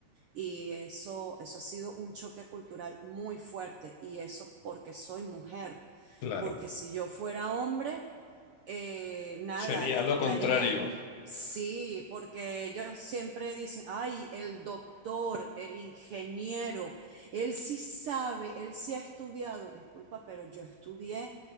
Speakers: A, on the right; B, on the left.
A: Y eso, eso ha sido un choque cultural muy fuerte. Y eso porque soy mujer.
B: Claro.
A: Porque si yo fuera hombre, eh, nada,
B: Sería
A: estaría,
B: lo contrario.
A: sí, porque ellos siempre dicen, ay, el doctor, el ingeniero, él sí sabe, él sí ha estudiado, disculpa, pero yo estudié